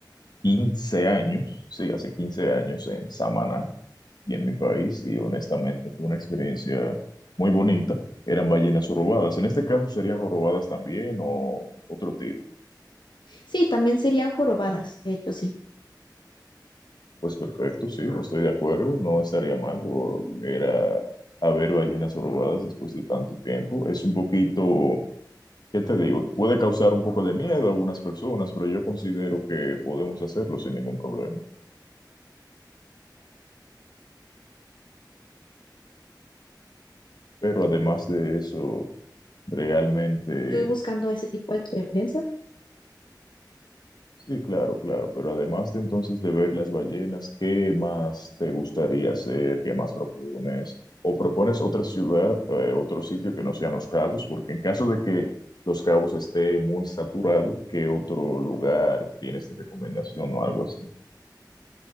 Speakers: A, on the left; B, on the left.
A: 15 años, sí, hace 15 años en Samaná y en mi país, y honestamente fue una experiencia muy bonita. Eran ballenas jorobadas. En este caso serían jorobadas también o otro tipo.
B: Sí, también serían jorobadas, de hecho, sí.
A: Pues perfecto, sí, estoy de acuerdo, no estaría mal volver a, a ver ballenas jorobadas después de tanto tiempo. Es un poquito, ¿qué te digo? Puede causar un poco de miedo a algunas personas, pero yo considero que podemos hacerlo sin ningún problema. Pero además de eso realmente
B: Estoy buscando ese tipo de experiencia.
A: Sí, claro, claro, pero además de entonces de ver las ballenas, ¿qué más te gustaría hacer? ¿Qué más propones? ¿O propones otra ciudad, eh, otro sitio que no sean Los Cabos? Porque en caso de que Los Cabos esté muy saturado, ¿qué otro lugar tienes de recomendación o algo así?